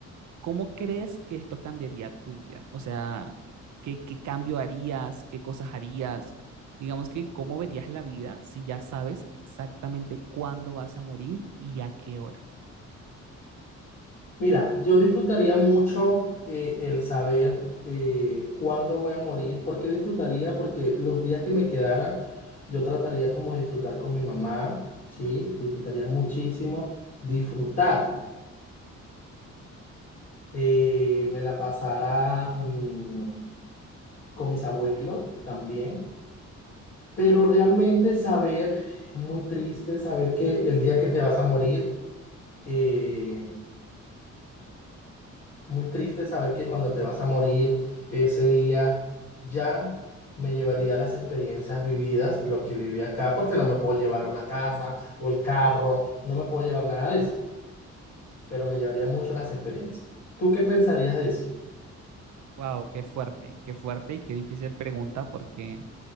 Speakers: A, on the right (about 75°); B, on the left (about 45°).
A: ¿cómo crees que esto cambiaría tu vida? O sea, ¿qué, qué cambio harías? ¿Qué cosas harías? Digamos que, ¿cómo verías la vida si ya sabes exactamente cuándo vas a morir y a qué hora?
B: Mira, yo disfrutaría mucho eh, el saber eh, cuándo voy a morir. ¿Por qué disfrutaría? Porque los días que me quedaran, yo trataría como de disfrutar con mi mamá, ¿sí? Disfrutaría muchísimo. Disfrutar. Eh, me la pasará mm, con mis abuelos también. Pero realmente saber, es muy triste saber que el día que te vas a morir, eh, Muy triste saber que cuando te vas a morir ese día ya me llevaría las experiencias vividas, lo que viví acá, porque no me puedo llevar una casa o el carro, no me puedo llevar nada de eso, pero me llevaría mucho las experiencias. ¿Tú qué pensarías de eso?
A: Wow, qué fuerte, qué fuerte y qué difícil pregunta porque